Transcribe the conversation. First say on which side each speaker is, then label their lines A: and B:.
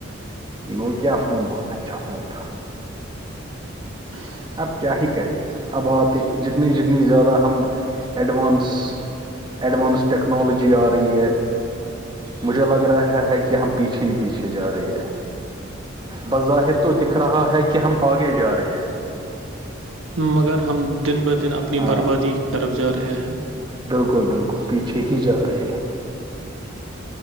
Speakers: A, on the right; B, on the right.
A: نوکیا فون بہت اچھا فون تھا
B: <inaudible>
A: اب کیا ہی کرے اب آتے جتنی جتنی زیادہ ہم ایڈوانس ایڈوانس ٹکنالوجی آ رہی ہے مجھے لگ رہا ہے کہ ہم پیچھے ہی پیچھے جا رہے ہے بظاہر تو دکھ رہا ہے کہ ہم آگے جا رہے ہیں
B: مگر ہم دن بہ دن اپنی
A: ہاں
B: بربادی کی طرف جا رہے ہیں
A: بالکل بالکل پیچھے ہی جا رہے ہیں